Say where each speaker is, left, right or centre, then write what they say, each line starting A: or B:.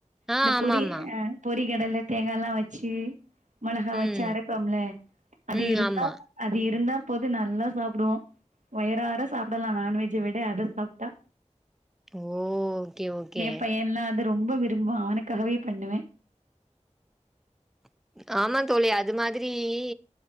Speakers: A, in the centre; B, on the right (about 80°).
A: ஆ
B: இந்த
A: ஆமாமா
B: பொரி அ பொரி டையில தேங்கால்லா வச்சு மொளகா வச்சு
A: ம்
B: அரபொம்ல அது
A: ம்
B: இருந்தா
A: ஆமா
B: அது இருந்தா போது நல்லா சாப்டுவோ வயரார சாப்டலா நான்வெஜ்ஜை விட அத சாப்ட்டா
A: ஓ ஓகே ஓகே
B: ஏ பையன்லா அது ரொம்ப விரும்புவா அவனுக்காகவே பண்ணுவே
A: <inaudible> ஆமா தோழி அது மாதிரி இ